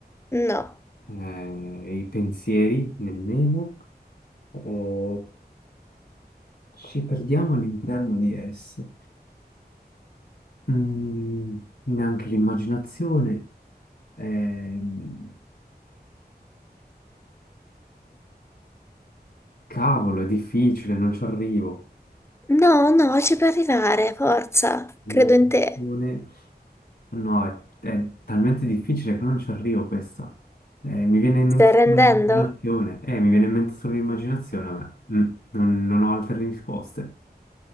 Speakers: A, on the left (about 15°); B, on the left (about 75°).
A: No,
B: Eh, i pensieri, nemmeno. Eh, ci perdiamo all'interno di esse. Mm, neanche l'immaginazione. Ehm, cavolo, è difficile, non ci arrivo.
A: no, no, ci puoi arrivare, forza,
B: L'immaginazione
A: credo in te.
B: No, è, è talmente difficile che non ci arrivo questa. Eh, mi viene in mente
A: Stai arrendendo?
B: solo l'immaginazione. Eh, mi viene in mente solo l'immaginazione a me. Mm, non, non ho altre risposte.